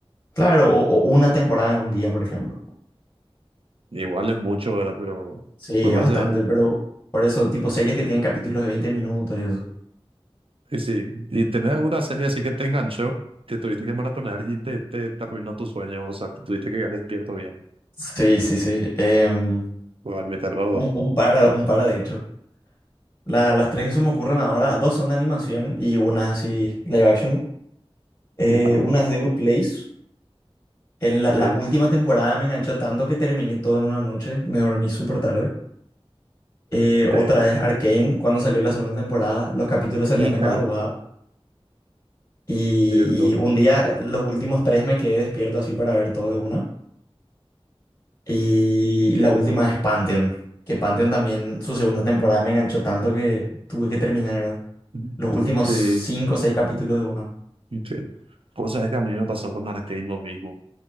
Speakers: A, on the left; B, on the right.
A: Claro, o, o una temporada en un día, por ejemplo.
B: Igual es mucho, ¿verdad? Pero
A: Sí,
B: me parece
A: es bastante,
B: bien.
A: pero por eso, tipo series que tienen capítulos de 20 minutos y eso.
B: Y sí, ¿y tenés alguna serie así que te enganchó, que tuviste que maratonear y te, te, te arruinó tu sueño? O sea, que tuviste que quedar despierto bien.
A: Sí, sí, sí. Em,
B: Igual me tardó.
A: un, un par, un par de hecho. La- las tres que se me ocurren ahora, dos son de animación y una así live action. Eh,
B: y, ah,
A: una es The Good Place. En la,
B: Sí,
A: la última temporada me enganchó tanto que terminé todo en una noche. Me dormí súper tarde. Eh,
B: sí.
A: otra es Arcane. Cuando salió la segunda temporada, los capítulos salían
B: Hija,
A: de madrugada. Y,
B: cierto,
A: y un día, eh, los últimos tres me quedé despierto así para ver todo de una. Y
B: cierto.
A: la última es Pantheon, que Pantheon también, su segunda temporada me enganchó tanto que tuve que terminar
B: Ujú.
A: los últimos
B: Sí.
A: cinco o seis capítulos de uno.
B: Entiendo. Vos sabés que a mí me pasó con Arcane lo mismo,